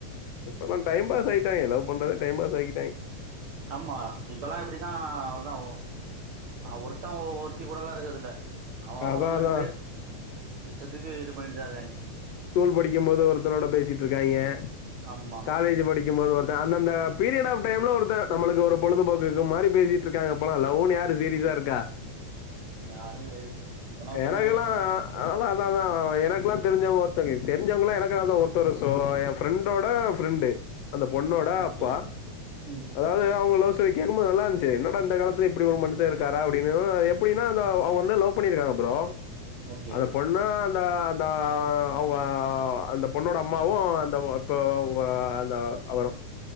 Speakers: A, on the left; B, on the right.
A: இப்போல்லா டைம் பாஸ் ஆய்ட்டாங்கே லவ் பண்றதே டைம் பாஸ் ஆகிட்டேங்க
B: ஆமா இப்பல்லா எப்புடினா அவ்ளேவு தா ஓ ஒருத்தா ஒருத்தி கூட எல்லா இருக்குறதில்ல அவ அவ
A: அதா
B: ஒன்னு
A: அதா
B: ரெண்டு இஷ்டத்துக்கு இது பண்ணிட்டு தா இருக்காங்கே
A: ஸ்கூல் படிக்கும் போது ஒருத்தனோட பேசிட் இருக்காங்கே
B: ஆமா
A: காலேஜி படிக்கும்போது ஒருத் அந்த அந்த பீரியட் ஆப் டைம்ல ஒருத்தர் நமளுக்கு ஒரு பொழுதுபோக்கு மாரி பேசிட்டு இருக்காங்கப்பலா லவ்வுனு யாரு சீரிஸா இருக்கா
B: யாரு கெடயாது இப்பெல்லா உண்மையான
A: எனக்கெல்லா
B: லவ் னா ஒன்னு கெடயாது
A: அதா அதா அதா எனக்கெலா தெரிஞ்சவ்க ஒர்த் சோகே தெரிஞ்சவங்களா எனக்காதா ஒருத்தரு சோ எ ஃப்ரெண்டோட ஃப்ரெண்டு அந்த பொண்ணோட
B: ஓகே
A: அப்பா
B: ம்
A: அதாவ்து அவுங்க லவ் ஸ் ஸ்டோரி கேக்கும் போது நல்லா இருந்ச்சி என்னடா இந்த காலத்துல இப்டி ஒரு மனுஷ இருக்காரா அப்டினு எப்டினா அதா அவ வந்து லவ் லவ் பண்ணியிருக்காங்க ப்ரோ
B: ஓகே
A: அந்த பொண்ணு அந்த அந்த ஆ அவ்ங்க அந்த பொண்ணோட அம்மாவு அந்த இப்ப அவ்ங்க அந்த அவரு